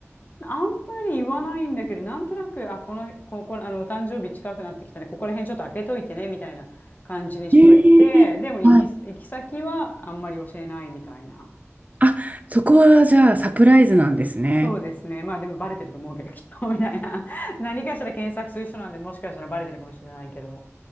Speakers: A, on the left (about 35°); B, on the right (about 30°).
A: あんまり言わないんだけど、なんとなく、あ、この、こ、こ、あの、お誕生日近くなってきたねここら辺ちょっと開けといてね、みたいな感じにしといて、
B: えー、
A: でも行き、
B: はい。
A: 行き先はあんまり教えないみたいな。
B: あ、そこはじゃあサプライズなんですね。
A: そうですね。まあでもバレてると思うけど、きっと、<laughs> みたいな。<laughs> 何かしら検索する人なんで、もしかしたらバレてるかもしれないけど。